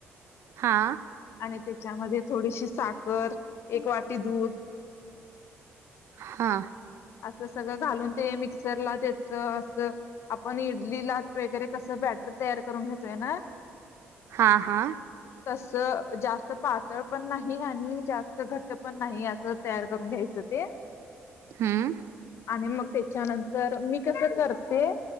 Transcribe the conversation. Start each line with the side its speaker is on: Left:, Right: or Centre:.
Right: हा.
Left: आणि त्याच्यामध्ये थोडीशी साखर, एक वाटी दूध
Right: हा.
Left: अस सगळ घालून ते मिक्सरला द्यायच अस आपण इडलीला वगैरे कस बॅटर तयार करून घेतोय ना
Right: हा हा
Left: तस जास्त पातळ पण नाही आणि जास्त घट पण नाही अस तयार करून घ्यायच ते
Right: हमम.
Left: आणि मग त्याच्यानंतर मी कस करते